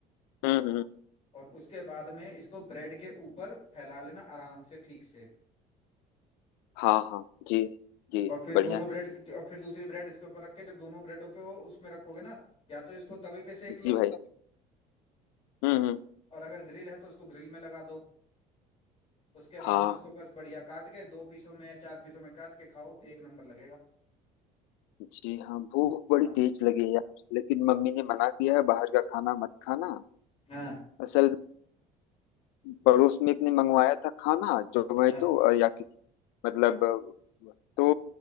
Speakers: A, on the left; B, on the left.
A: हम्म, हम्म, हम्म,
B: और उसके बाद में इसको ब्रेड के ऊपर फैला लेना आराम से ठीक से
A: हाँ हाँ जी जी
B: और फिर
A: बढ़िया
B: दोनों ब्रेड और फिर दूसरी ब्रेड इसके ऊपर रख के जब दोनों ब्रेडों को उसमें रखोगे ना या तो इसको तवे पे सेक
A: जी
B: लो
A: भाई हम्म हम्म,
B: और अगर ग्रिल है तो उसको ग्रिल में लगा दो उसके बाद
A: हाँ
B: में उसको बस बढ़िया काट के दो पीसों में या चार पीसों में काट के खाओ एक नंबर लगेगा
A: जी हाँ भूख बड़ी
B: हाँ
A: तेज लगी है यार लेकिन मम्मी ने मना किया है बाहर का खाना मत खाना
B: हाँ
A: असल पड़ोस में एक ने मंगवाया था खाना जोमेटो
B: हाँ
A: अ, या किसी मतलब अ, तो